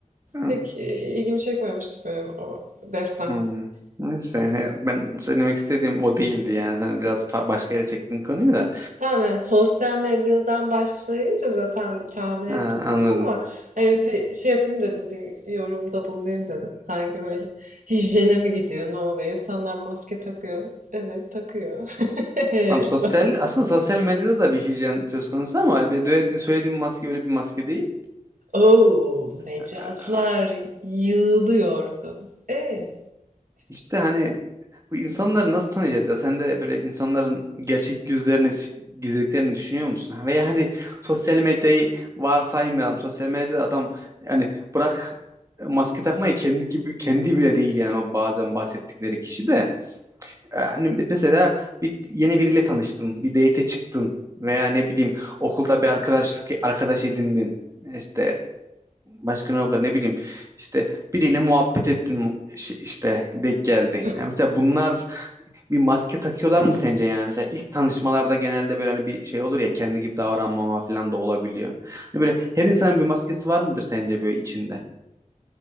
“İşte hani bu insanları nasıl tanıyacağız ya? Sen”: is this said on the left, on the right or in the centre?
Right